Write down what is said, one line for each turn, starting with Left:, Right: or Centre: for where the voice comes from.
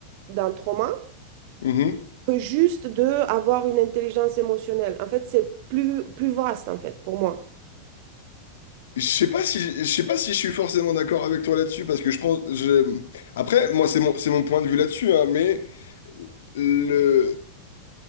Right: d'un trauma
Left: Mhm.
Right: que juste de avoir une intelligence émotionnelle. En fait, c'est plus, plus vaste en fait pour moi.
Left: Je sais pas si, je sais pas si je suis forcément d'accord avec toi là-dessus, parce que je pense... Je... Après, moi, c'est mon, c'est mon point de vue là-dessus, hein, mais Le...